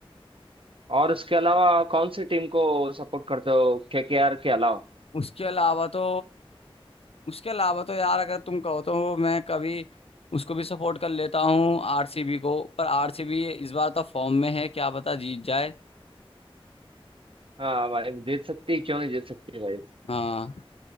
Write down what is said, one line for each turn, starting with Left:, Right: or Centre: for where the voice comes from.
Right: और उसके अलावा कौन सी टीम को सपोर्ट करते हो केकेआर के अलावा
Left: उसके अलावा तो उसके अलावा तो यार अगर तुम कहो तो मैं कभी उसको भी सपोर्ट कर लेता हूँ आरसीबी को पर आरसीबी इस बार तो फॉर्म में है क्या पता जीत जाए
Right: हाँ भाई जीत सकती है क्यों नहीं जीत सकती भाई
Left: हाँ